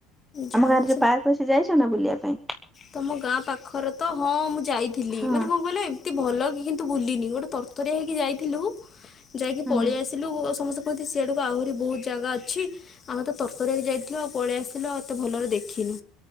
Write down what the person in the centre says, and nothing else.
ଆମ ଗାଁରେ
ଯୋଉ ପାର୍କ ସେ ଯାଇଛ ନା ବୁଲିବା ପାଇଁ?
ହଁ
ହୁଁ